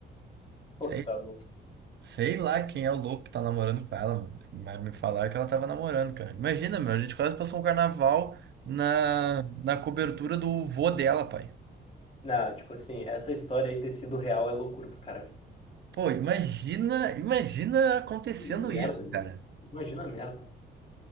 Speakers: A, on the left; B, on the right.
A: Pô,
B: Sei,
A: tá louco.
B: sei lá quem é o louco que tá namorando com ela, meu, mas me falaram que ela tava namorando, cara. Imagina, meu. A gente quase passou um carnaval na, na cobertura do vô dela, pai.
A: Não, tipo assim, essa história aí ter sido real é loucura pro cara.
B: Pô, imagina, imagina acontecendo
A: Imagina a
B: isso,
A: merda, meu.
B: cara.
A: Imagina a merda.